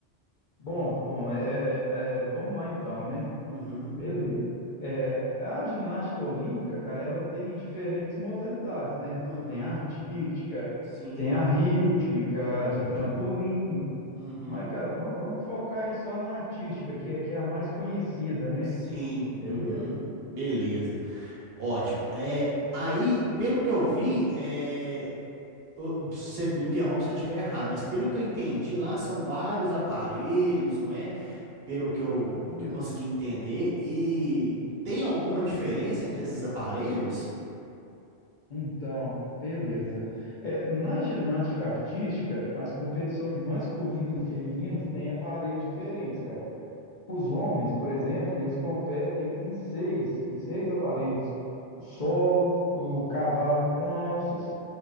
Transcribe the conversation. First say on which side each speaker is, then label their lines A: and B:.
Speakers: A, on the left; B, on the right.
A: Bom, bom, é, é, vamos lá então, né?
B: Uhum,
A: Beleza. É, a ginástica olímpica, cara, ela tem diferentes modalidades, né?
B: uhum,
A: Tem a artística,
B: sim,
A: tem a rítmica,
B: uhum,
A: a de trampolim.
B: uhum,
A: Mas, cara, vamos, vamos focar aí só na artística, que é, que é a mais conhecida, né?
B: sim,
A: Beleza?
B: uhum. Beleza, ótimo. É, aí, pelo que eu vi, é, Ô, Você me interrompe se eu estiver errado, mas pelo que eu entendi, lá são vários aparelhos, não é? Pelo que eu,
A: Isso.
B: que eu consegui entender. E tem alguma diferença entre esses aparelhos?
A: Então, beleza. É, na ginástica artística, as competições masculinas e femininas têm aparelhos diferentes, cara. Os homens, por exemplo, eles competem em seis, em seis aparelhos: o solo, o cavalo com alças,